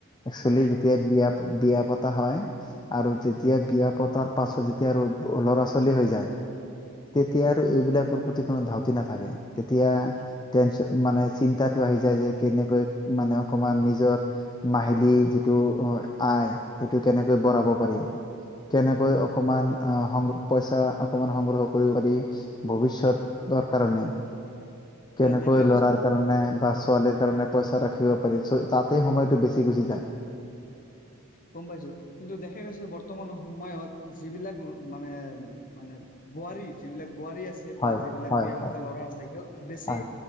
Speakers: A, on the left; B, on the left.
A: একচুৱেলি
B: নাই
A: যেতিয়া বিয়া বিয়া পতা হয়। আৰু
B: হয়
A: যেতিয়া বিয়া পতাৰ পাছত যেতিয়া আৰু ল'ৰা ছোৱালী হৈ যায়। তেতিয়া
B: হয়
A: আৰু এইবিলাকৰ প্ৰতি কোনো ধাউতি নাথাকে তেতিয়া
B: নাথাকে
A: টেনচন মানে। চিন্তাটো আহি যায় যে কেনেকৈ মানে অকমান নিজৰ মাহিলী যিটো আয় সেইটো কেনেকৈ বঢ়াব পাৰি। কেনেকৈ
B: হয়
A: অকমান আহ সং পইচা অকমান সংগ্ৰহ কৰিব পাৰি। ভৱিষ্যতৰ কাৰণে। কেনেকৈ
B: না দেখা গৈছে
A: লৰাৰ কাৰণে বা ছোৱালীৰ কাৰণে পইচা ৰাখ। তাতে সময়টো বেছি গুচি যায়।
B: গম পাইছো কিন্তু দেখা গৈছে বৰ্তমান সময়ত যিবিলাক মানে। মানে বোৱাৰী যিবিলাক বোৱাৰী আছে
A: হয়,
B: বা যিবিলাক
A: হয়,
B: বিয়া
A: হয়,
B: পতা ল'ৰা আছে সিহঁত বেছি
A: হয়,